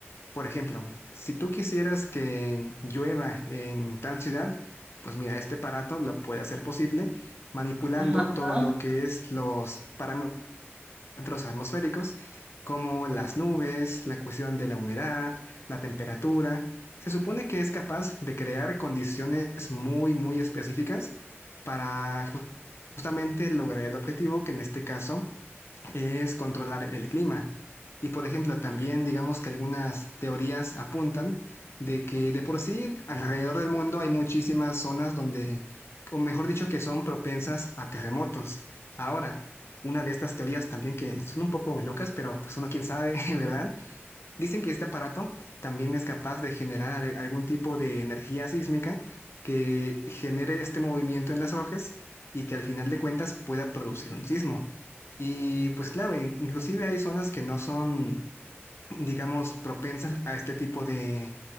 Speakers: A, on the left (about 65°); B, on the right (about 25°).
A: Por ejemplo, si tú quisieras que llueva en tal ciudad, pues mira, este aparato lo puede hacer posible manipulando
B: ajá,
A: todo
B: ah,
A: lo que es los parámetros parámetros atmosféricos como las nubes, la cuestión de la humedad, la temperatura. Se supone que es capaz de crear condiciones muy, muy específicas para justamente lograr el objetivo, que en este caso es controlar el clima. Y por ejemplo, también
B: sí,
A: digamos que algunas teorías apuntan de que de por sí alrededor del mundo hay muchísimas zonas donde, o mejor dicho, que son propensas a terremotos. Ahora, una de estas teorías también que son un poco locas, pero pues uno quién sabe, <laughs> ¿verdad? Dicen que este aparato también es capaz de generar al- algún tipo de energía sísmica que genere este movimiento en las hojas y que al final de cuentas pueda producir un sismo. Y pues claro, in- inclusive hay zonas que no son digamos, propensas a este tipo de,